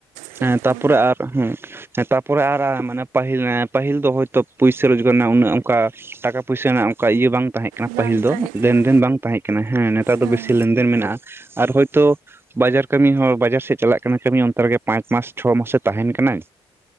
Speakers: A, on the right; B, on the right.
A: ᱪᱮᱫ
B: ᱦᱮᱸ ᱛᱟᱨᱯᱚᱨᱮ
A: ᱠᱚ
B: ᱟᱨ ᱦᱮᱸ, ᱦᱮᱸ ᱛᱟᱯᱚᱨᱮ ᱟᱨ ᱢᱟᱱᱮ ᱯᱟᱹᱦᱤᱞ ᱯᱟᱹᱦᱤᱞ ᱫᱚ ᱦᱳᱭᱛᱳ ᱯᱩᱭᱥᱟᱹ ᱨᱳᱡᱽᱜᱟᱨ ᱮᱱᱟ ᱩᱱᱟᱹᱜ ᱚᱱᱠᱟ ᱴᱟᱠᱟ ᱯᱚᱭᱥᱟ ᱨᱮᱱᱟᱜ ᱚᱱᱠᱟ ᱤᱭᱟᱹ ᱵᱟᱝ ᱛᱟᱦᱮᱸ ᱠᱟᱱᱟ
A: ᱵᱟᱝ
B: ᱯᱟᱹᱦᱤᱞ
A: ᱛᱟᱦᱮᱸ
B: ᱫᱚ ᱞᱮᱱ
A: ᱠᱟᱱᱟ
B: ᱫᱮᱱ ᱵᱟᱝ ᱛᱟᱦᱮᱸ ᱠᱟᱱᱟ ᱦᱮᱸ ᱱᱮᱛᱟᱨ
A: ᱦᱮᱸ
B: ᱫᱚ ᱵᱮᱥᱤ ᱞᱮᱱᱫᱮᱱ ᱢᱮᱱᱟᱜᱼᱟ ᱟᱨ ᱦᱚᱭᱛᱳ, ᱵᱟᱡᱟᱨ ᱠᱟᱹᱢᱤ ᱦᱚᱸ ᱵᱟᱡᱟᱨ ᱥᱮᱫ ᱪᱟᱞᱟᱜ ᱠᱟᱱᱟ ᱠᱟᱹᱢᱤ ᱚᱱᱛᱮ ᱨᱮᱜᱮ ᱯᱟᱸᱪ ᱢᱟᱥ ᱪᱷᱚ ᱢᱟᱥᱮᱭ ᱛᱟᱦᱮᱸᱱ ᱠᱟᱱᱟᱭ᱾